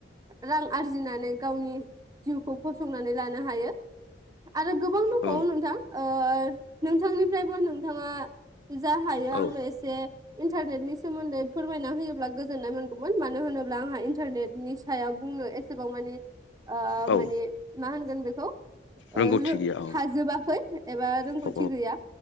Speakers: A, on the right; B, on the left.
A: रां आरजिनानै गावनि जिउखौ फसंनानै लानो हायो। आरो गोबां दंबावो
B: औ
A: नोंथां ओ नोंथांनिफ्रायबो नोंथाङा जा हायो
B: औ
A: आंनो एसे इन्टारनेटनि सोमोन्दै फोरमायना होयोब्ला गोजोननाय मोनगौमोन मानो होनोब्ला आंहा इन्टारनेटनि सायाव बुंनो एसेबां मानि
B: औ
A: माने मा होनगोन बेखौ ओ
B: रोंगौथि
A: रो-हाजोबाखै।
B: गैया औ
A: एबा रोंगौथि
B: औ
A: गैया